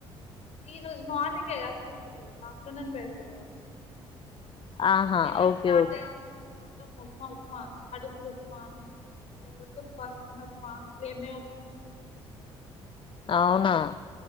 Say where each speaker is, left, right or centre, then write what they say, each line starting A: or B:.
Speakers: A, on the left; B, on the left.
A: ఈ రోజు మార్నింగ్ ఎ కదక్క ఇప్పుడిది, ఆఫ్టర్నూన్ పెడతరు కావచ్చు.
B: ఆహా
A: గ్యాస్
B: ఓకే
A: స్టార్ట్
B: ఓకే
A: అయి నుంచి మొత్ ఉప్మా ఉప్మా, అటుకులు ఉప్మాన్, దొడ్డు ఉప్ ఆ సన్న ఉప్మా, సేమ ఉప్మా
B: అవునా